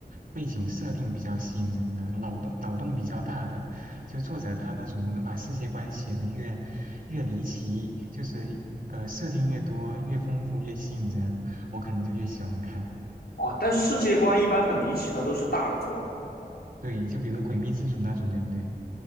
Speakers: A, on the right; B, on the left.
A: 背景设定比较吸引人的，脑洞脑洞比较大的，就作者他那种能把世界观写得越越离奇，就是呃设定越多、越丰富、越吸引人，我可能就越喜欢看。
B: 哦，但世界观一般很离奇的都是大作嘛，
A: 对，就比如《诡秘之主》那种，对不对？